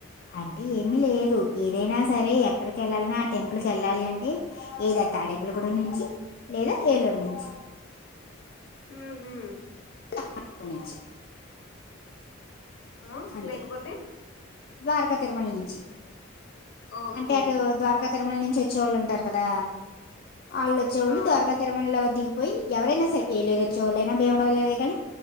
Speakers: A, on the left (about 50°); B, on the left (about 70°).
A: అంటే ఏమిీ లేదు ఏదైనా సరే ఎక్కడికి వెళ్ళాలన్నా ఆ టెంపుల్ క వెళ్ళాలి అంటే ఏదత ఆడేపులగూడె నుంచి లేదా ఏలూరు నుంచి
B: ఊహు
A: <unintelligible>
B: ఆ
A: అంతే
B: లేకపోతే
A: ద్వారకా తిరుమల నుంచి
B: ఓకే
A: అంటే అటు ద్వారకా తిరుమల నుంచి వచ్చేవాళ్ళు ఉంటారు కదా ఆళ్ళు చ్చేవాళ్ళు
B: ఆ
A: ద్వారకా తిరుమలలో దిగు పోయి ఎవరైనా సరె ఏలూరు వచ్చోళ్ళైనా బీమవరంలో దిగాలి